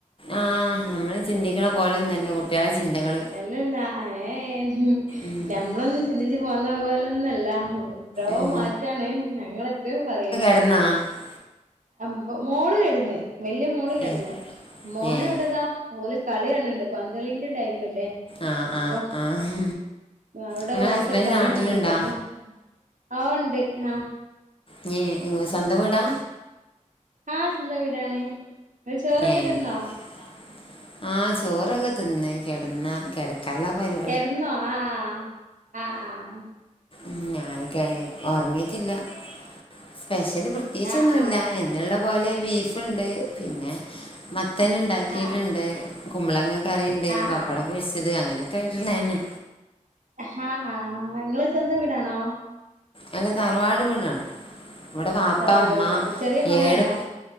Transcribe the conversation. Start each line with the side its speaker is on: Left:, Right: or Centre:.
Left: ആഹ് നമ്മള് ചിന്തിക്കണ
Right: ഉം
Left: പോലൊന്നല്ല കുട്ടികളെ ചിന്തകള്
Right: എല്ലല്ല ഏഹ് നം
Left: ഉം
Right: നമ്മളൊന്നും ചിന്തിച്ച് പോന്ന പോലൊന്നും അല്ല എത്രയോ
Left: ഉം
Right: മാറ്റാണ് ഞങ്ങള് എപ്പഴും പറയും
Left: <unintelligible>
Right: അഹ് മോള് കെടന്ന് വല്യ മോള് കെടന്ന്
Left: ഏഹ്
Right: മോന്
Left: ഏഹ്
Right: ഇവിടെ ഇതാ ഓല് കളി കാണണ് ണ്ട് പന്ത് കളീന്റെ ടൈം അല്ലേ
Left: ആഹ്
Right: അപ്പൊ
Left: ആഹ് ആഹ്
Right: അവിടെ
Left: നിങ്ങളെ
Right: ഓലെക്കെ
Left: ഹസ്ബൻഡ്
Right: കളി
Left: നാട്ടിലുണ്ടാ
Right: കാണണ് ണ്ടാ അപ്പൊ ആഹ് ഓണ്ട് ഹാ
Left: ന് നിങ്ങളെ സ്വന്തം വീടാ
Right: ആഹ് സ്വന്തം വീടാണ് ഇങ്ങള്
Left: ഏഹ്
Right: തിന്നോ
Left: ചോറൊക്കെ തിന്നോ ആഹ് ചോറൊക്കെ തിന്ന് കെടന്ന കെടക്കാള്ള പരി
Right: കെടന്നോ ആഹ് ആഹ് ആഹ് ആഹ്
Left: ഉം ഞാന് കെ ഒറങ്ങീട്ടില്ല സ്പെഷ്യല് പ്രത്യേകിച്ച്
Right: ആ
Left: ഒന്നുല്ല
Right: ആ
Left: എന്നുള്ള പോലെ ബീഫ്ണ്ട് പിന്നെ മത്തൻ ഇണ്ടാക്കീട്ട്ണ്ട്
Right: ആ
Left: കുമ്പളങ്ങ കറീണ്ട്
Right: ആ
Left: പപ്പടം
Right: ആ
Left: പൊരിച്ചത് അങ്ങനെയൊക്കെ ആയിട്ടുള്ളെന്നെ
Right: ഹാ ആഹ് ഇങ്ങള സ്വന്തം വീടാണോ?
Left: അല്ല താറവാട് വീടാണ് ഇവ്ടെ വാപ്പ
Right: തറവാട്
Left: ഉമ്മ
Right: വീടാണ് ചെറിയ മോനാണോ
Left: ഏഴ്